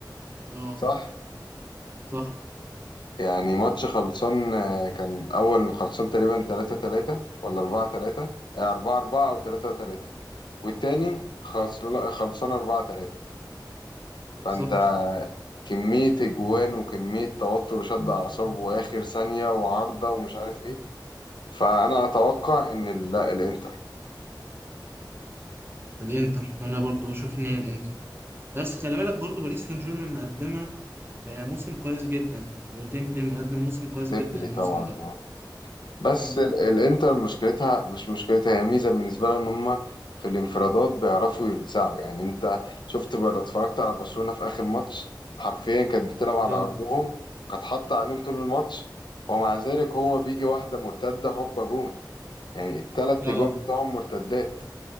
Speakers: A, on the right; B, on the left.
A: اه
B: صح
A: صح
B: يعني ماتش خلصان آه، كان الاول خلصان تقريبا 3 3 ولا 4 3 4 4 او 3 3 والتاني خلصان خلصان 4 3 فانت
A: بالظبط
B: كمية اجوان وكمية توتر وشد اعصاب واخر ثانية وعارضة ومش عارف ايه فانا اتوقع ان ال- لا الانتر
A: الانتر انا برضو بشوف ان هي الانتر بس خلي بالك برضو باريس سان جيرمان مقدمه آه، موسم كويس جدا وديمبلي مقدم موسم كويس
B: ديمبلي
A: جدا الموسم
B: طبعا
A: ده
B: اه بس
A: امم
B: ال- الانتر مشكلتها مش مشكلتها هي ميزه بالنسبه لها ان هم في الانفرادات بيعرفوا يلسعوا يعني انت شفت بقى لو اتفرجت على برشلونه في اخر ماتش حرفيا كانت بتلعب على
A: اه
B: ارضهم كانت حاطه عليهم طول الماتش ومع ذلك هو بيجي واحده مرتده هوبا جون يعني التلات
A: اه
B: اجوان بتوعهم مرتدات